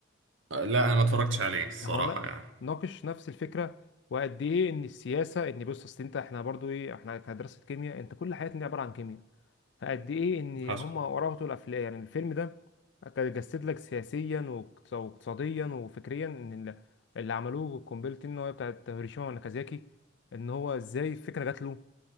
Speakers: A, on the right; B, on the left.
A: لا أنا ما اتفرجتش عليه الصراحة
B: هو نا-
A: يعني
B: ناقش نفس الفكره وقد ايه ان السياسه ان بص اصل انت احنا برضو ايه احنا كدراسه كيمياء انت كل حياتنا عباره عن كيمياء فقد ايه ان
A: حصل
B: هم وراهم طول الافلام يعني الفيلم ده كان جسد لك سياسيا واقتص- واقتصاديا وفكريا ان ال- اللي عملوه قنبله النوويه بتاعت هيروشيما وناكازاكي ان هو ازاي الفكره جات له